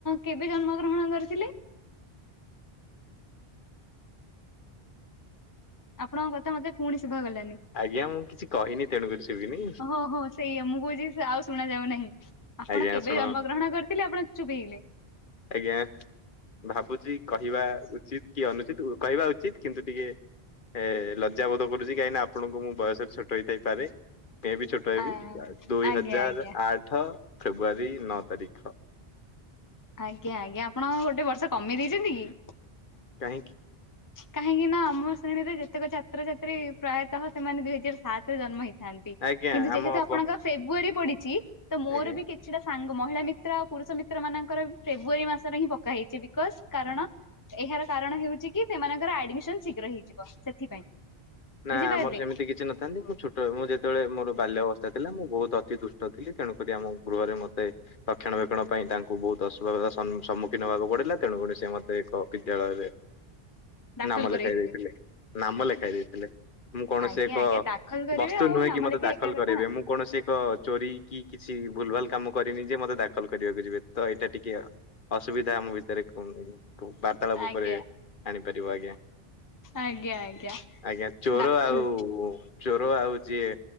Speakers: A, on the left (about 20°); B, on the left (about 55°).
A: କେବେ ଜନ୍ମ ଗ୍ରହଣ କରିଥିଲେ? ଆପଣଙ୍କ କଥା ମତେ ପୁଣି ଶୁଭା ଗଲାନି।
B: ଆଜ୍ଞା ମୁଁ କିଛି କହିନି ତେଣୁକରି ଶୁଭିନି
A: ହୋ ହୋ ସେଇଆ ମୁଁ କହୁଛି ଆଉ ଶୁଣା ଯାଉ ନାହିଁ। ଆପଣ
B: ଆଜ୍ଞା
A: କେବେ
B: ଶୁଣ
A: ଜନ୍ମ ଗ୍ରହଣ କରିଥିଲେ ଆପଣ ଚୁପ ହେଇଗଲେ।
B: ଆଜ୍ଞା ଭାବୁ କହିବା ଉଚିତ କି ଅନୁଚିତ କହିବା ଉଚିତ କିନ୍ତୁ ଟିକେ ଏ ଲଜ୍ଜାବୋଧ କରୁଛି କାହିଁକି ନା ଆପଣଙ୍କୁ ମୁଁ ବୟସରେ ଛୋଟ ହେଇଥାଇପାରେ। ମେ ବି ଛୋଟ ହେବି
A: ଆ
B: ଦୁଇ
A: ଆଜ୍ଞା
B: ହଜାର
A: ଆଜ୍ଞା।
B: ଆଠ ଫେବୃଆାରୀ ନଅ ତାରିଖ।
A: ଆଜ୍ଞା ଆଜ୍ଞା ଆପଣ ଗୋଟେ ବର୍ଷା କମେଇ ଦେଇଛନ୍ତି କି?
B: କାହିଁକି?
A: କାହିଁକି ନା ଆମ ଶ୍ରେଣୀରେ ଯେତେକ ଛାତ୍ରଛାତ୍ରୀ ପ୍ରାୟତଃ ସେମାନେ ଦୁଇ ହଜାର ସାତ ରେ ଜନ୍ମ ହେଇ ଥାନ୍ତି
B: ଆଜ୍ଞା
A: କିନ୍ତୁ
B: ଆମ
A: ଯେହେତୁ ଆପଣଙ୍କ
B: ବ
A: ଫେବୃଆରୀ ପଡିଛି ତ ମୋର
B: ଆଜ୍ଞା
A: ବି କିଛିଟା ସାଙ୍ଗ ମହିଳା ମିତ୍ର ଆଉ ପୁରୁଷ ମିତ୍ର ମାନ ଙ୍କର ଫେବୃବାରୀ ମାସରେ ହିଁ ପକା ହେଇଛି ବିକଜ କାରଣ ଏହାର କାରଣ ହେଉଛି କି ସେମାନଙ୍କର ଆଡମି ସନ ଶୀଘ୍ର ହେଇଯିବ ସେଥିପାଇଁ।
B: ନା
A: ବୁଝିପାରିଲେ
B: ଆମର ସେମିତି କିଛି ନଥାନ୍ତି ମୁଁ ଛୋଟ ମୁଁ ଯେତେବେଳେ ମୋର ବାଲ୍ୟ ଅବ ସ୍ଥା ଥିଲା ମୁଁ ବହୁତ ଅତି ଦୁଷ୍ଟ ଥିଲି ତେଣୁକରି ଆମ ଗୃହରେ ମୋତେ ରକ୍ଷଣ ବକ୍ଷଣ ପାଇଁ ତାଙ୍କୁ ବହୁତ ଅସୁବି ର ସନ ସମ୍ମୁଖୀନ ହବାକୁ ପଡିଲା ତେଣୁକଣରି ସେ ମତେ ଏକ ବିଦ୍ୟାଳୟରେ
A: ଦାଖଲ
B: ନାମ
A: କରେଇଦେଲେ।
B: ଲେଖାଇ ଦେଇଥିଲେ ନାମ ଲେଖାଇ ଦେଇଥିଲେ। ମୁଁ କୌଣସି
A: ଆଜ୍ଞା
B: ଏକ।
A: ଆଜ୍ଞା ଦାଖଲ କରିବେ
B: ବସ୍ତୁ
A: ଆଉ
B: ନୁହେଁ
A: ନାମ
B: କି ମତେ
A: ଲେଖା
B: ଦାଖଲ
A: ଏକା କଥା
B: କରାଇବେ
A: ନା।
B: ମୁଁ କୌଣସି ଏକ ଚୋରି କି କିଛି ଭୁଲ ଭାଲ କାମ କରିନି ଯେ ମତେ ଦା କଲ କରିବାକୁ ଯିବେ ତ ଏଇଟା ଟିକେ ଅସୁବିଧା ଆମ ଭିତରେ କୁ ଠୁ ବାର୍ତାଳାପ
A: ଆଜ୍ଞା
B: ଉପରେ ଆଣିପାରିବ ଆଜ୍ଞା
A: ଆଜ୍ଞା ଆଜ୍ଞା
B: ଆଜ୍ଞା ଚୋର
A: ଦାଖଲ
B: ଆଉ ଉଁ ଚୋ ଓ ଆଉ ଯିଏ